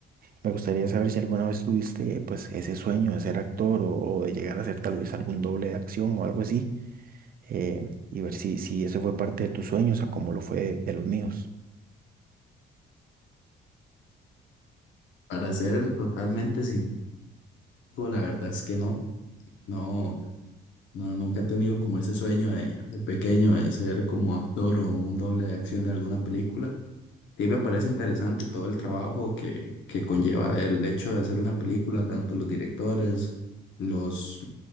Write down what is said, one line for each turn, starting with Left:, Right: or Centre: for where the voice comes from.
Right: Me gustaría saber si alguna vez tuviste pues ese sueño de ser actor o, o de llegar a ser tal vez algún doble de acción o algo así eh, y ver si, si eso fue parte de tus sueños o como lo fue de los míos.
Left: Para ser totalmente sincero, la verdad es que no, no, no, nunca he tenido como ese sueño de, de pequeño de ser como actor o un doble de acción de alguna película. Sí me parece interesante todo el trabajo que, que conlleva el hecho de hacer una película, tanto los directores, los